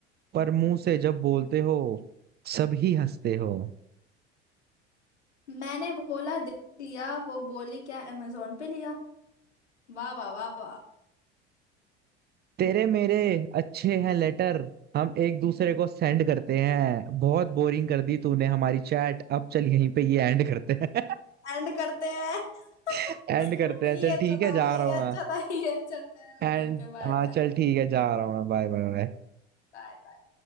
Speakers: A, on the right (about 30°); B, on the left (about 80°).
A: पर मुंह से जब बोलते हो सब ही हंसते हो
B: मैंने बोला दे दिया वो बोली क्या अमेजोन पे लिया वाह वाह वाह वाह
A: तेरे मेरे अच्छे हैं लेटर हम एक दूसरे को सेंड करते हैं बहुत बोरिंग कर दी तूने हमारी चैट अब चल यहीं पे ये एंड करते हैं
B: एंड करते हैं <laughs>
A: <laughs> एंड करते
B: ये
A: हैं चल
B: अच्छा
A: ठीक है
B: था
A: जा
B: भाई
A: रहा
B: ये
A: हूँ मैं
B: अच्छा था ये अच्छा था
A: एंड
B: okay okay bye
A: हाँ
B: bye
A: चल
B: bye
A: ठीक है जा रहा हूँ मैं बाय बाय बाय
B: Bye bye.